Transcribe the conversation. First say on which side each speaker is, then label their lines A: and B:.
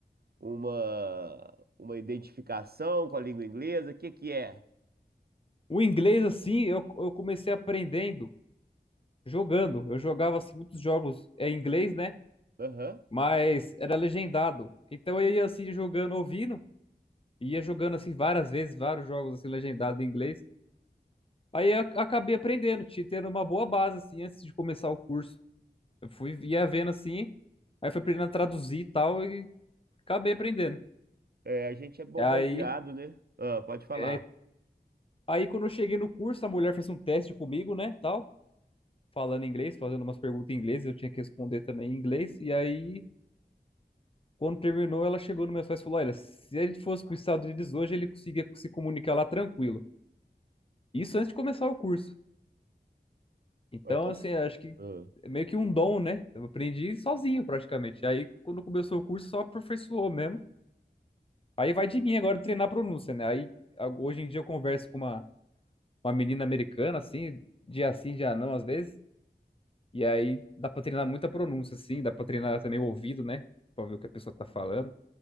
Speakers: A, on the right (about 60°); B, on the left (about 30°).
A: uma, uma identificação com a língua inglesa. O que que é?
B: O inglês, assim, eu, eu comecei aprendendo jogando. Eu jogava, assim, muitos jogos é, em inglês, né?
A: Aham.
B: Mas era legendado. Então eu ia, assim, jogando, ouvindo. e Ia jogando, assim, várias vezes, vários jogos, assim, legendados em inglês. Aí eu acabei aprendendo, te- tendo uma boa base, assim, antes de começar o curso. Eu fui, ia vendo, assim, aí fui aprendendo a traduzir e tal, e acabei aprendendo.
A: É, a gente é bombardeado,
B: Aí...
A: né? Ah, pode falar.
B: é. Aí quando eu cheguei no curso, a mulher fez um teste comigo, né, tal, falando inglês, fazendo umas perguntas em inglês, eu tinha que responder também em inglês. E aí, quando terminou, ela chegou nos meus pais e falou: "Olha, se ele fosse para os Estados Unidos hoje, ele conseguia se comunicar lá tranquilo". Isso antes de começar o curso. Então,
A: Ah, Então,
B: assim, acho que
A: ah,
B: é meio que um dom, né? Eu aprendi sozinho praticamente. Aí, quando começou o curso, só aperfeiçoou mesmo. Aí vai de mim agora treinar a pronúncia, né? Aí, a- hoje em dia eu converso com uma, uma menina americana, assim, dia sim, dia não, às vezes. E aí dá pra treinar muita pronúncia, assim, dá pra treinar também o ouvido, né? Pra ver o que a pessoa tá falando.